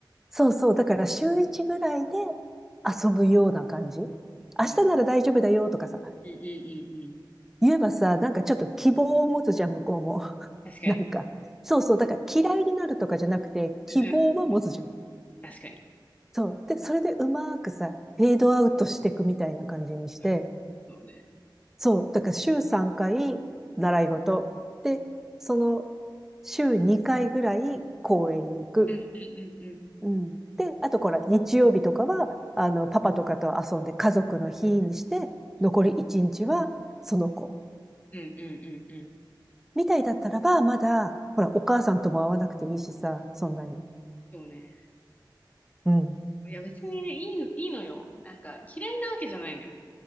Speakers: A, in the centre; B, on the left.
A: そうそう。だから週1ぐらいで遊ぶような感じ。明
B: うん。うんう
A: 日なら大丈夫だよとかさ、
B: んうん
A: 言えばさ、なんかちょっと希望を持つじゃん、向こうも。<laughs>
B: うん。確かに。
A: なんか、そうそう、だから嫌いになるとかじゃなくて、希望は持つじゃん。
B: うんうんうん。確かに。
A: そう。で、それでうまくさ、フェードアウトしていくみたいな感じにして、
B: うん、そうね。
A: そう。だから週3回習い事。で、その週2回ぐらい公園に行く。
B: うんうんうんうん。
A: うん。で、あとこら、日曜日とかは、あの、パパとかと遊んで家族の日にして、
B: うんうんうん。
A: 残り1日はその子。
B: うんうんうんうん。
A: みたいだったらば、まだ、ほら、お母さんとも会わなくていいしさ、そんなに。
B: そうね。
A: うん。
B: いや別にいい、いいのよ。なんか嫌いなわけじゃないのよ。